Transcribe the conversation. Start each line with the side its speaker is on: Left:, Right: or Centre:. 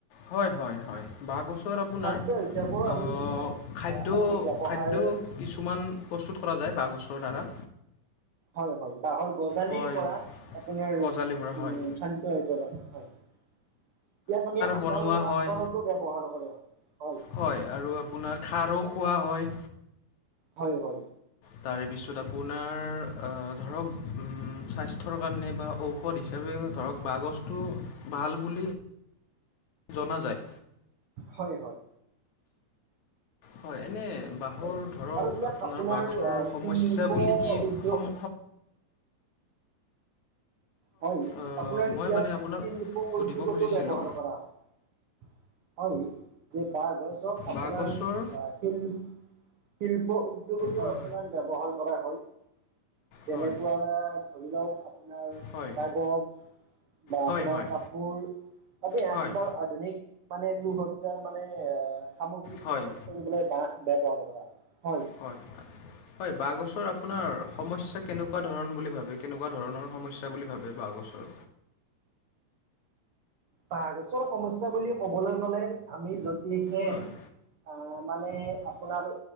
Left: হয় হয় হয় বাঁহ গছৰ আপোনাৰ
Right: খাদ্য হিচাপেও
Left: আহ
Right: আমি ইয়াক
Left: খাদ্য
Right: আমি ব্যৱহাৰ
Left: খাদ্য কিছুমান প্ৰস্তুত কৰা যায় বাঁহগছৰ দ্বাৰা
Right: হয় হয় বাঁহৰ গজালিৰ
Left: হয়
Right: পৰা আপোনাৰ
Left: গজালিৰ
Right: উম
Left: পৰা হয়
Right: খাদ্য হিচাপে হয় ইয়াক আমি আচাৰ
Left: বনোৱা
Right: আচৰত
Left: হয়
Right: টো ব্যৱহাৰ কৰে হয় হয়
Left: হয় আৰু আপোনাৰ খাৰো খোৱা হয়
Right: হয় হয়
Left: তাৰে পিছত আপোনাৰ ধৰক স্বাস্থ্যৰ কাৰণে বা ঔষধ হিচাপে ধৰক বাঁহগছটো ভাল বুলি জনা যায়
Right: হয় হয়
Left: হয় এনে বা বাহৰ
Right: হয়
Left: ধৰক
Right: আৰু ইয়াক
Left: আপোনাৰ বাঘ গছৰ সমস্যা
Right: শিল্প
Left: বুলি কি
Right: উদ্যোগ
Left: সম
Right: হয়
Left: আহ,
Right: আপোনাৰ
Left: মই
Right: ইয়াত
Left: মানে আপোনাক
Right: শিল্প
Left: সুধিব
Right: উদ্যোগতো
Left: খুজিছিলোঁ
Right: ব্যৱহাৰ কৰা হয় হয় যে বহ গছক আপোনাৰ
Left: বাঁহগছৰ
Right: শিল শিল্প উদ্যোগতো
Left: হয়
Right: আপোনাৰ ব্যৱহাৰ কৰা হয় যেনেকুৱা
Left: হয়
Right: ধৰি লওক আপোনাৰ
Left: হয়
Right: কাগজ বা আপোনাৰ
Left: হয় হয়
Right: কাপোৰ আদি
Left: হয়
Right: আজবাৰ
Left: হয়
Right: আধুনিক মানে একো সজ্জাৰ মানে সামগ্ৰী
Left: হয়
Right: প্ৰস্তুত কৰিবলৈ বাহ ব্যৱহাৰ কৰা হয় হয়
Left: হয় হয় হয় বাঁহ গছৰ আপোনাৰ সমস্যা কেনেকুৱা ধৰণ বুলি ভাবে কেনেকুৱা ধৰণৰ সমস্যা বুলি ভাব বে বাহ গছৰ
Right: বাঁহ গছৰ সমস্যা বুলি কবলৈ গলে আমি যদিহে
Left: হয়
Right: আহ মানে আপোনাৰ